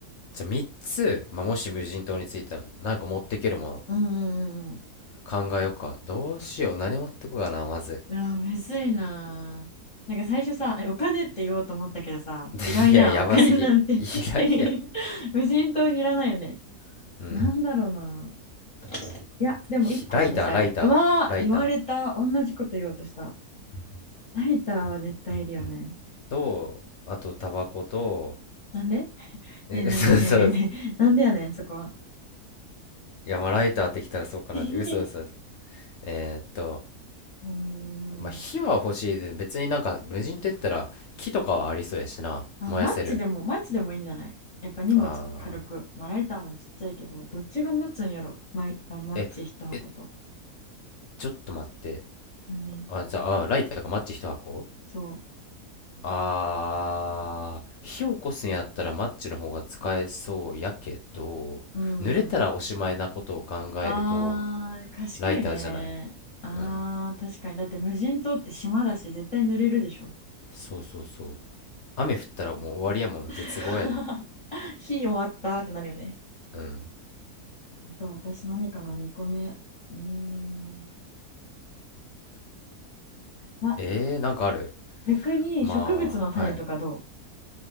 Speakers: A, on the left (about 60°); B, on the left (about 30°).
A: じゃあ3つ、まあ、もし無人島に着いたら、なんか持ってけるもの
B: うんうんうん。
A: 考えよっか。どうしよう。何持ってこうかな、まず。
B: うわ、むずいなあ。なんか最初さ、えお金って言おうと思ったけどさ、
A: <laughs> でいや、
B: いらんやん、
A: やばすぎ。
B: お金なんて
A: いらいや。
B: <laughs> 無人島にいらないよね。
A: うん。
B: なんだろうな。いや、でも1個私あるや。
A: ひライター、ライター、
B: うわー、
A: ライタ
B: 言われた。同じこと言おうとした。ライターは絶対いるよね。
A: ーと、あと、タバコと、
B: なんでね
A: え、
B: えねえねえねえねえねえ。
A: 嘘嘘嘘。
B: なんでやねん、そこは。
A: いや、まあ、ライターってきたらそうかなって。
B: <laughs>
A: 嘘嘘嘘。
B: う
A: えーっと、
B: ーん。
A: まあ火は欲しいで別になんか無人って言ったら木とかはありそうやしな燃やせる
B: あ、マッチでも、マッチでもいいんじゃないやっぱ荷物軽く。
A: ああ
B: まあ、ライターもちっちゃいけど、どっちが持つんやろマイ、あマッチ一箱と。
A: ええちょっと待って
B: 何
A: あじゃああーライターかマッチ一箱
B: そ
A: あー火起こすんやったらマッチの方が使えそうやけど濡れたらおしまいなことを考えると
B: う。うーん。あー、賢いね。
A: ライターじゃない
B: あー、
A: うん
B: 確かに。だって無人島って島だし、絶対濡れるでしょ。
A: そうそうそう雨降ったらもう終わりやもんな絶望やで
B: <laughs> 火終わったってなるよね。
A: うん
B: と私何かな、2個目。うーん。ま、
A: えー、なんかある
B: 逆に植物の種とかど
A: まあはい